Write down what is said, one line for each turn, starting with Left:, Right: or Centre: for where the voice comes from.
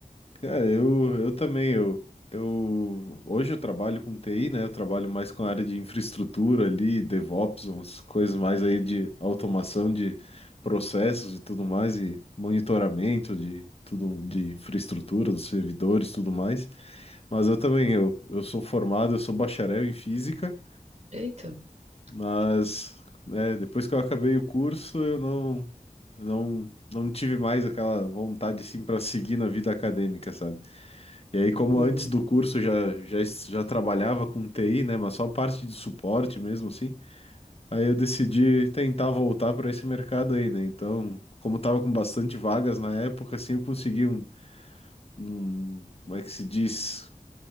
Left: Cara, eu, eu também, eu, eu hoje eu trabalho com TI, né? Eu trabalho mais com a área de infraestrutura ali, DevOps, umas coisas mais aí de automação de processos e tudo mais, e monitoramento de tudo de infraestrutura, dos servidores, tudo mais. Mas eu também, eu, eu sou formado, eu sou bacharel em física,
Right: Eita.
Left: mas
Right: que-
Left: né, depois que eu acabei o curso, eu não, eu não, não tive mais aquela vontade assim para seguir na vida acadêmica, sabe? E aí, como
Right: Uhum.
Left: antes do curso já, já, es- já trabalhava com TI, né? Mas só parte de suporte mesmo, assim. Aí eu decidi tentar voltar para esse mercado aí, né? Então, como tava com bastante vagas na época, assim, eu consegui um, um- como é que se diz?